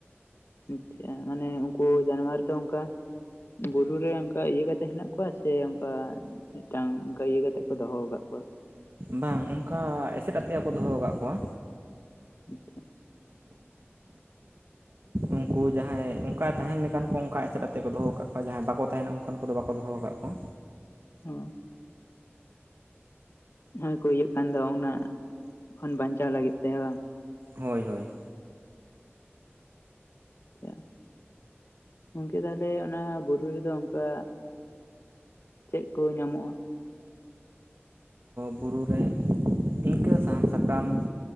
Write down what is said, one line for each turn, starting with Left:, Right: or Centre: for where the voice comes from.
Left: ᱟᱪᱪᱷᱟ ᱢᱟᱱᱮ ᱩᱱᱠᱩ ᱡᱟᱱᱣᱟᱨ ᱛᱮ ᱚᱱᱠᱟ ᱵᱩᱨᱩᱨᱮ ᱚᱱᱠᱟ ᱤᱭᱟᱹ ᱠᱟᱛᱮᱜ ᱦᱮᱱᱟᱜ ᱠᱚᱣᱟ ᱥᱮ ᱚᱱᱠᱟ ᱢᱤᱫᱴᱟᱝ ᱚᱱᱠᱟ ᱤᱭᱟᱹ ᱠᱟᱛᱮᱜ ᱠᱚ ᱫᱚᱦᱚ ᱟᱠᱟᱫ ᱠᱚᱣᱟ
Right: ᱵᱟᱝ ᱚᱱᱠᱟ ᱮᱥᱮᱫ ᱟᱯᱮᱭᱟ ᱦᱚᱸ ᱠᱚ ᱫᱚᱦᱚ ᱠᱟᱜ ᱠᱚᱣᱟ
Left: ᱟᱪᱪᱷᱟ
Right: ᱩᱱᱠᱩ ᱡᱟᱦᱟᱸᱭ ᱚᱱᱠᱟ ᱛᱟᱦᱮᱱ ᱞᱮᱠᱟᱱ ᱠᱚ ᱚᱱᱠᱟ ᱮᱥᱮᱫ ᱟᱛᱮᱫ ᱠᱚ ᱫᱚᱦᱚ ᱟᱠᱟᱫ ᱠᱚᱣᱟ ᱡᱟᱦᱟᱸᱭ ᱵᱟᱠᱚ ᱛᱟᱦᱮᱱᱟ ᱩᱱᱠᱩ ᱚᱠᱷᱟᱱ ᱠᱚᱫᱚ ᱵᱟᱠᱚ ᱫᱚᱦᱚ ᱠᱟᱜ ᱠᱚᱣᱟ
Left: ᱦᱚ ᱦᱟ ᱠᱩ ᱤᱭᱟᱹᱜ ᱠᱟᱱ ᱫᱚ ᱩᱱᱟᱹᱜ ᱠᱷᱚᱱ ᱵᱟᱧᱪᱟᱣ ᱞᱟᱹᱜᱤᱫ ᱛᱮ ᱵᱟᱝ
Right: ᱦᱳᱭ ᱦᱳᱭ
Left: ᱟᱪᱪᱷᱟ ᱜᱚᱝᱠᱮ ᱛᱟᱦᱚᱞᱮ ᱚᱱᱟ ᱵᱩᱨᱩ ᱨᱮᱫᱚ ᱚᱱᱠᱟ ᱪᱮᱫ ᱠᱚ ᱧᱟᱢᱚᱜᱼᱟ
Right: ᱵᱩᱨᱩ ᱨᱮ ᱤᱱᱠᱟᱹ ᱥᱟᱦᱟᱱ ᱥᱟᱠᱟᱢ